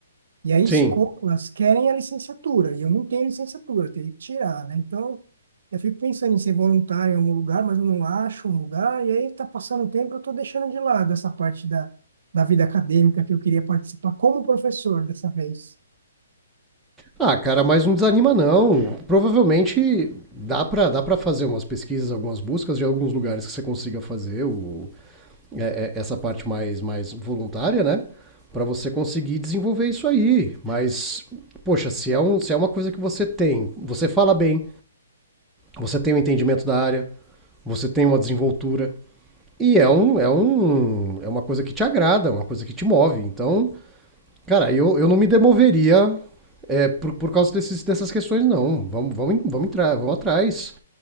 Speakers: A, on the right; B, in the centre.
A: E aí
B: Sim.
A: escolas querem a licenciatura, e eu não tenho licenciatura, eu teria que tirar, né? Então, eu fico pensando em ser voluntário em algum lugar, mas eu não acho um lugar, e aí tá passando o tempo, eu estou deixando de lado essa parte da, da vida acadêmica que eu queria participar como professor dessa vez,
B: Ah, cara, mas não desanima não. Provavelmente dá para dá para fazer umas pesquisas, algumas buscas de alguns lugares que você consiga fazer o é, é, essa parte mais, mais voluntária, né? Para você conseguir desenvolver isso aí. Mas, poxa, se é, um, se é uma coisa que você tem, você fala bem, você tem um entendimento da área, você tem uma desenvoltura. E é, um, é, um, é uma coisa que te agrada, uma coisa que te move. Então, cara, eu, eu não me demoveria é, por, por causa desses, dessas questões, não. Vamos, vamos, vamos entrar, vamos atrás.